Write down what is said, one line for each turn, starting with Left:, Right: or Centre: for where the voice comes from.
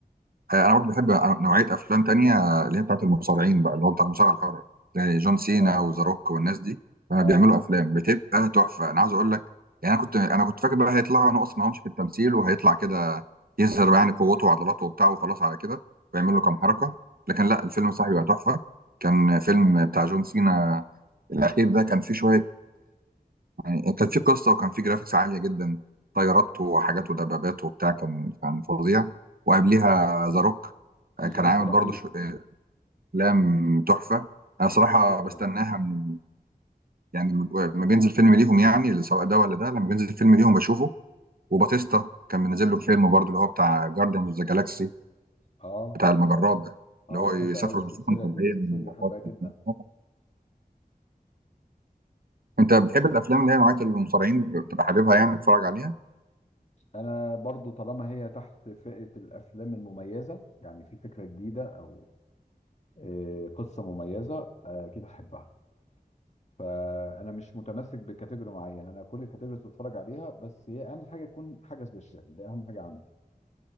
Right: آه، انا برضه بحب نوعيه افلام تانية آه، اللي هي بتاعت المصارعين بقى اللي هو بتاع المصارعه الحره يعني جون سينا
Left: اه
Right: وذا روك والناس دي آه،
Left: اه
Right: بيعملوا افلام بتبقى تحفه انا عايز اقول لك يعني انا كنت انا كنت فاكر بقى هيطلعوا نقص معهمش في التمثيل وهيطلع كده يظهر بقى يعني قوته وعضلاته وبتاع وخلاص على كده ويعمل له كام حركه لكن لا الفيلم صاحبي بقى تحفه كان فيلم بتاع جون سينا الاخير ده كان فيه شويه يعني كانت في قصه وكان في جرافيكس عاليه جدا طيارات وحاجات ودبابات وبتاع كان كان فظيع وقبليها ذا روك كان
Left: ذا روك
Right: عامل
Left: رهيب
Right: برضه شو- آه، افلام تحفه
Left: جميل
Right: انا صراحه
Left: جدا
Right: بستناها من يعني لما بينزل فيلم ليهم يعني سواء ده ولا ده لما بينزل فيلم ليهم بشوفه وباتيستا كان منزل له فيلم برضه اللي هو بتاع جارديان اوف ذا جالاكسي
Left: اه
Right: بتاع المجرات
Left: اه
Right: ده
Left: اه
Right: اللي هو
Left: بحب
Right: يسافروا
Left: قوي السلسله
Right: في سفن فضائيه
Left: دي السلسله
Right: من المجرات
Left: دي بحبها جدا
Right: وبتاع. انت بتحب الافلام اللي هي نوعيه المصارعين بتبقى حاببها يعني تتفرج عليها
Left: انا برضو طالما هي تحت فئه الافلام المميزه يعني في فكره جديده او آه، قصه مميزه آه، اكيد هحبها فانا مش متمسك بكاتيجوري معين انا كل الكاتيجوريز بتفرج عليها بس هي اهم حاجه تكون حاجه سبيشال ده اهم حاجه عندي